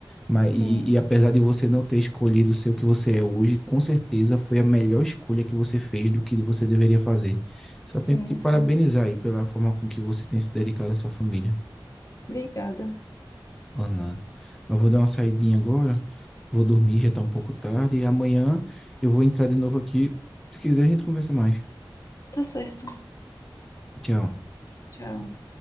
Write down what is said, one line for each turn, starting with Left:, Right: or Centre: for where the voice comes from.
Centre: Mas,
Left: Sim,
Centre: e, e apesar de você não ter escolhido ser o que você é hoje, com certeza foi a melhor escolha que você fez do que você deveria fazer. Só
Left: sim,
Centre: tenho que te parabenizar
Left: sim.
Centre: aí pela forma com que você tem se dedicado à sua família.
Left: Obrigada.
Centre: Por nada. Mas vou dar uma saidinha agora, vou dormir, já tá um pouco tarde. E amanhã eu vou entrar de novo aqui. Se quiser, a gente conversa mais.
Left: Tá certo.
Centre: Tchau.
Left: Tchau.